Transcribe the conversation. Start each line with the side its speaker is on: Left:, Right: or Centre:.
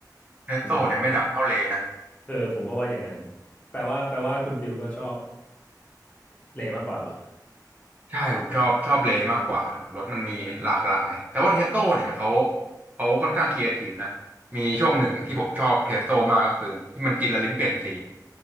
Right: เพสโต้เนี่ยไม่ดังเท่าเลย์นะ
Left: อืมเออผมก็ว่าอย่างนั้นแปลว่าแปลว่าคุณฟิลก็ชอบ เลมากกว่าเหรอ
Right: ใช่ผมชอบชอบเลมากกว่าครับผมรถมันมีหลากหลายแต่ว่าเทสโ a เนี่ยเขาเขาค่อนข้างครีเอทีฟนะมีช่วงหนึ่งที่ผมชอบเทสโ a มากก็คือที่มันกินและลิ้นเปลี่ยนสี